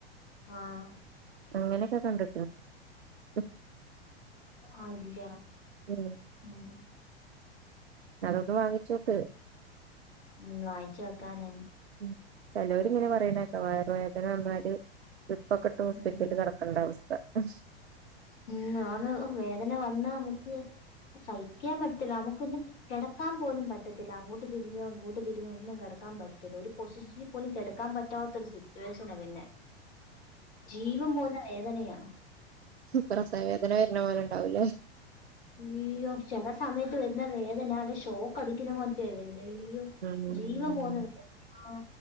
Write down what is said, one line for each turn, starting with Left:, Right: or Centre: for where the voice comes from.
Left: ആഹ്
Right: അങ്ങനെയൊക്കെ കണ്ട് <unintelligible>
Left: ആഹ് ഇല്ല
Right: ഉം
Left: ഉം
Right: അതൊന്ന് വാങ്ങിച്ചോക്ക്
Left: ഉം വായിച്ച് നോക്കാനെ
Right: ഉം ചെലൊരിങ്ങനെ പറയുന്നേക്കെ <unintelligible> പൊക്കെട്ട് ഹോസ്പിറ്റില്
Left: ഉം
Right: കടക്കണ്ട അവസ് <unintelligible>
Left: ഉം ആന്ന് വേദന വന്നാ മ്മക്ക് സഹിക്കാൻ പറ്റില്ലാ നമക്കൊന്ന് കെടക്കാൻ പോലും പറ്റത്തില്ല അങ്ങോട്ട് തിരിഞ്ഞോ ഇങ്ങോട്ട് തിരിഞ്ഞോ ഒന്നും കെടക്കാൻ പറ്റത്തില്ല ഒര് പൊസിഷനിൽ പോലും കെടക്കാൻ പറ്റാത്തൊരു സിറ്റുവേഷനാ പിന്നെ ജീവപേന്ന വേദനയാ
Right: പ്രസവ വേദന വരണപോലെണ്ട് ഉണ്ടാവുല്യേ
Left: ഇയ്യോ ചെലാസമയത്ത് വരുന്ന വേദ ഞാൻ ഷോക്ക് അടിക്കുന്നാമതിരിയാ വെര് അയ്യോ
Right: ഉം
Left: ജീവൻപോന്ന വേദനയാ